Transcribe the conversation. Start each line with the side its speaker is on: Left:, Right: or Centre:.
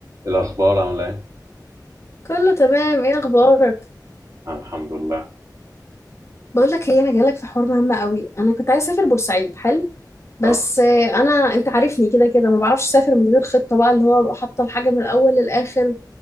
Right: الأخبار عاملة إيه؟
Left: كله تمام ايه اخبارك
Right: أنا الحمد لله
Left: بقول لك ايه انا جايلك في حوار مهم قوي انا كنت عايز اسافر بورسعيد حلو بس
Right: تمام
Left: آه، انا انت عارفني كده كده ما بعرفش اسافر من غير خطه بقى اللي هو ابقى حاطه الحاجه من الاول للاخر